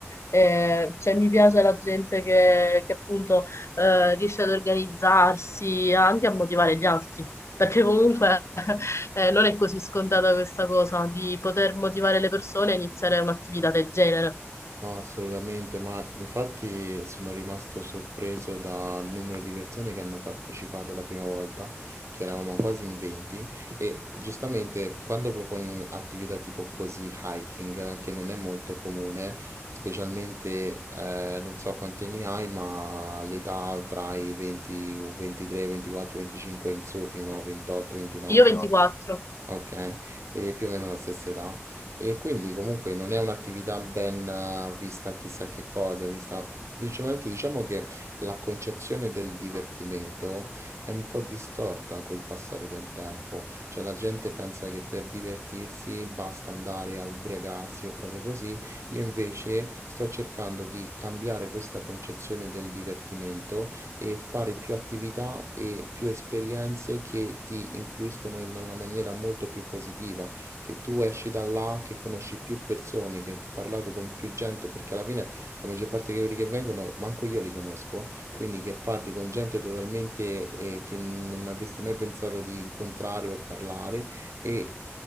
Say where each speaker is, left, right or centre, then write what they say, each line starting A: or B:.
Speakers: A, on the left; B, on the right.
A: eh, cioè mi piace la gente che, che appunto eh, riesce ad organizzarsi, anche a motivare gli altri, perché comunque <laughs> eh, non è così scontata questa cosa di poter motivare le persone a iniziare un'attività del genere.
B: no, assolutamente, ma infatti sono rimasto sorpreso dal numero di persone che hanno partecipato la prima volta, che eravamo quasi in 20, e giustamente quando proponi un'attività tipo così, hiking, che non è molto comune, specialmente eh, non so quanti anni hai, ma l'età tra i 20, 23, 24, 25 in su fino a 28, 29,
A: Io No. 24,
B: ok, e più o meno la stessa età. E quindi comunque non è un'attività ben eh, vista chissà che cosa, vista principalmente diciamo che la concezione del divertimento è un po' distorta col passare del tempo, cioè la gente pensa che per divertirsi basta andare a ubriacarsi o cose così, io invece sto cercando di cambiare questa concezione del divertimento e fare più attività e più esperienze che ti influiscono in una maniera molto più positiva che tu esci da là, che conosci più persone, che hai parlato con più gente, perché alla fine la maggior parte di quelli che vengono, manco io li conosco, quindi che parli con gente totalmente eh, che non avresti mai pensato di incontrare o parlare e